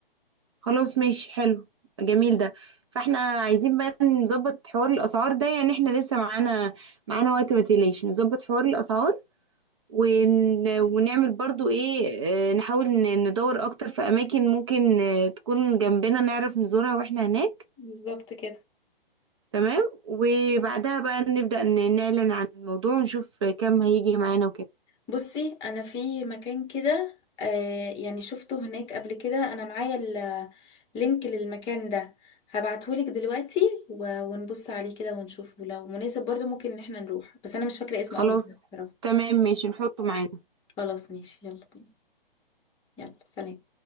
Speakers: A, on the right (about 30°); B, on the left (about 15°).
A: خلاص ماشي حلو جميل ده فاحنا عايزين بقى نظبط حوار الاسعار ده يعني احنا لسه معانا معانا وقت ما تقلقش نظبط حوار الاسعار ون... ونعمل برضو ايه آه، نحاول ن- ندور اكتر في اماكن ممكن آه، تكون جنبنا نعرف نزورها واحنا هناك
B: بالظبط كده
A: تمام وبعدها بقى نبدأ ن- نعلن عن الموضوع ونشوف كم هيجي معانا وكده
B: بصي انا في مكان كده آه يعني شفته هناك قبل كده انا معايا اللينك للمكان ده هبعتهولك دلوقتي و- ونبص عليه كده ونشوفه لو مناسب برضو ممكن ان احنا نروح بس انا مش فاكرة اسمه
A: خلاص
B: قوي بصراحة
A: تمام ماشي نحطه معانا
B: خلاص ماشي يلا بينا يلا سلام